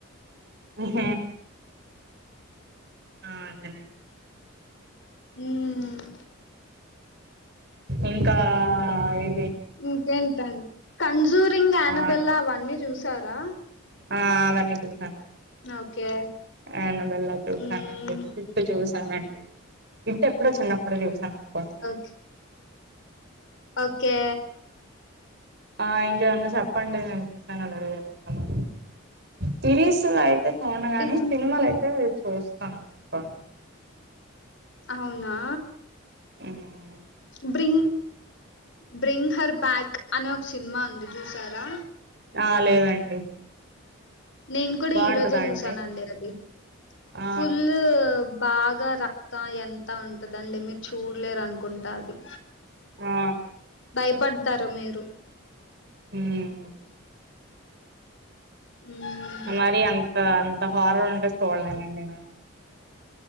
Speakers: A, on the right (about 50°); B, on the left (about 60°).
A: అ హ ఆ అదేనం
B: హ్మ్
A: ఇంకా ఇ
B: ఇంకేంటండి కన్జూరింగ్ అనబెల్లా
A: ఆ
B: అవన్నీ చూసారా
A: ఆ అవి అన్ని చుసా
B: ఓకే
A: అనబెల్లా చూసానండి
B: హ్మ్.
A: ఇప్పు చూసానండి ఇట్ ఎప్పుడో చిన్నప్పుడు చూస్ హ్యాంగ్కంగు
B: ఓకే. ఓకే
A: ఆ ఇంక ఏమన్న చెప్పండి నేను చూసానో లేదో చెప్తాను సిరీస్ అయితే చూడ గాని
B: ఇన్
A: సినిమాలు అయితే చూస్తానుకోండి
B: అవునా
A: హ్మ్
B: బ్రింగ్ బ్రింగ్ హర్ బ్యాక్ అనే ఒక సినిమా ఉంది చూసారా
A: ఆ లేదండి
B: నేను కూడా
A: బాగుంటదండి
B: ఈ రోజు చూసానండి అది
A: ఆ
B: ఫుల్ బాగా రక్తం ఎంత ఉంటదండి మీరు చూడలేరు అనుకుంటు అది
A: ఆ
B: భయపడతారా మీరు
A: హ్మ్
B: మ్మ్
A: మరి అంత అంత హారర్ ఉంటే చూడలేనండి నేను